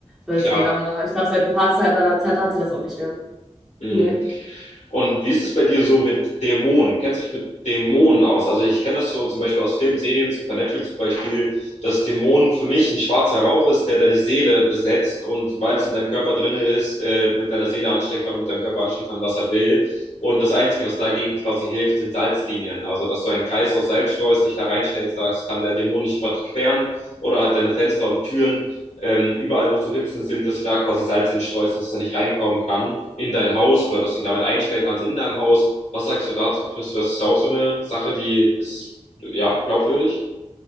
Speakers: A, in the centre; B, on the left.
A: So deswegen,
B: klar,
A: aber ich glaube, seit ein paar Zeit, seit einer Zeit hat sie das auch nicht mehr.
B: Mhm.
A: Nee.
B: Und wie ist es bei dir so mit Dämonen? Kennst du dich mit Dämonen aus? Also ich kenne das so zum Beispiel aus Filmen, Serien, Supernatural zum Beispiel, dass Dämonen für mich ein schwarzer Rauch ist, der deine Seele besetzt und sobald es in deinem Körper drin ist, äh, mit deiner Seele anstellen kann und mit deinem Körper anstellen kann, was er will. Und das Einzige, was dagegen quasi hilft, sind Salzlinien. Also dass du einen Kreis aus Salz streust, dich da reinstellst, sagst, kann der Dämon nicht überqueren oder halt deine Fenster und Türen ähm, überall, wo so Ritzen sind, dass du da quasi Salz hinstreust, dass er nicht reinkommen kann in dein Haus oder dass du ihn damit einstellen kannst in deinem Haus. Was sagst du dazu? Findest du, das ist auch so eine Sache, die ist, ja, glaubwürdig?